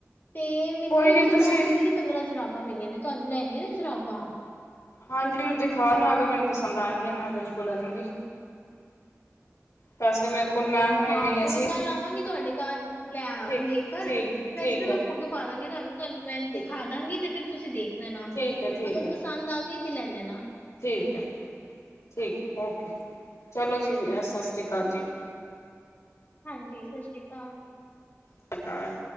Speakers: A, on the left; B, on the left.
A: ਤੇ ਮੈਨੂੰ
B: ਕੋਈ ਨੀ
A: ਇੱਕ ਸੌ
B: ਤੁਸੀਂ
A: ਦਸ ਰੁਪਏ ਦੀ ਪੰਦਰਾਂ ਸ਼ਰਾਬਾਂ ਮਿਲੀਆਂ ਨੇ ਤੁਹਾਨੂੰ ਲੈਣੀਆਂ ਨੇ ਸ਼ਰਾਬਾਂ।
B: ਹਾਂਜੀ ਮੈਨੂੰ ਦਿਖਾ ਨਾ ਅਗਰ ਮੈਨੂੰ ਪਸੰਦ ਆਣਗਿਆਂ, ਮੈਂ ਬਿਲਕੁਲ ਲੈ ਲੂੰਗੀ, ਪੈਸੇ ਮੇਰੇ ਕੋਲ ਮੈਂ ਹੁਣੇ
A: ਹਾਂ
B: ਲਈ
A: ਤੇ
B: ਅਸੀਂ
A: ਮੈਂ ਕੱਲ ਆਵਾਂਗੀ ਤੁਹਾਡੇ ਘਰ ਲੈ
B: ਠੀਕ
A: ਲੈ ਕਰ,
B: ਠੀਕ
A: ਵੈਸੇ
B: ਠੀਕ
A: ਤਾਂ ਮੈਂ
B: ਹੈ
A: ਫੋਟੋ ਪਾ ਦਾਂਗੀ ਤੁਹਾਨੂੰ ਤੁਹਾਨੂੰ ਮੈਂ
B: ਠੀਕ
A: ਦਿਖਾ ਦਾਂਗੀ ਤੇ ਫਿਰ ਤੁਸੀਂ ਦੇਖ ਲੈ ਨਾ
B: ਠੀਕ ਹੈ ਠੀਕ
A: ਅਗਰ
B: ਹੈ
A: ਪਸੰਦ
B: ਠੀਕ
A: ਆਗੀ ੱਲ ਲੈ ਲੈਨਾ
B: ਠੀਕ ਹੈ ਠੀਕ ਓਕੇ ਚਲੋ ਜੀ ਸਤਿ ਸ਼੍ਰੀ ਕਾਲ ਜੀ
A: ਹਾਂਜੀ ਸਸਰੀ ਕਾਲ
B: ਸਤ੍ਰੀ <unintelligible> ਕਾਲ